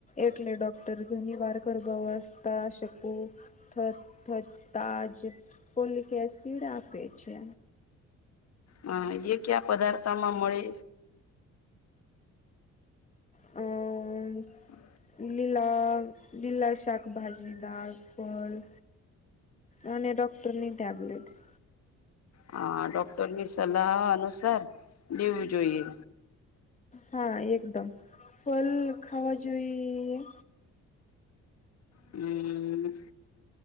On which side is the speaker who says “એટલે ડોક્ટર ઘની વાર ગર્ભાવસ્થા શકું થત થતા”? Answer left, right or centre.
Left